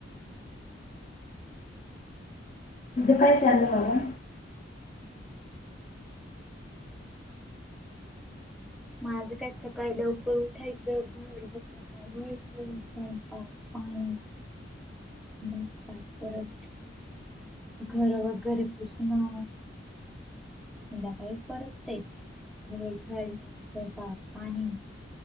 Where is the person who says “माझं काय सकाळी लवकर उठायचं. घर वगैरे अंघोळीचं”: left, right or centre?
Centre